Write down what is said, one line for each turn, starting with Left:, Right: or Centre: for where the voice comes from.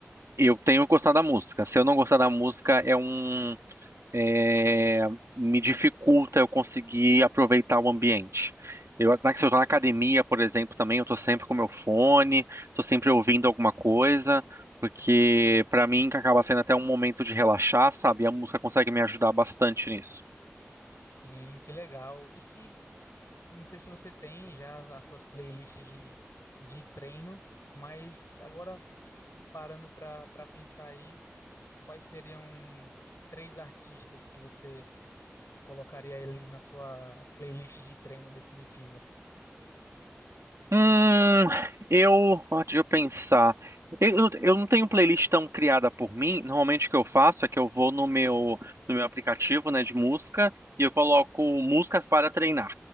Right: Eu tenho gostado da música. Se eu não gostar da música, é um. é, me dificulta eu conseguir aproveitar o ambiente. Eu, na- se eu tô na academia, por exemplo, também, eu tô sempre com meu fone, tô sempre ouvindo alguma coisa, porque pra mim acaba sendo até um momento de relaxar, sabe? E a música consegue me ajudar bastante nisso.
Left: Sim, que legal. E se Não sei se você tem já as suas playlists de, de treino, mas agora parando para para pensar aí, quais seriam três artistas que você colocaria ali na sua playlist de treino definitiva?
Right: Hum, eu, ah, deixa eu pensar. Eu, não- eu não tenho playlist tão criada por mim. Normalmente o que eu faço é que eu vou no meu no meu aplicativo, né, de música e eu coloco músicas para treinar.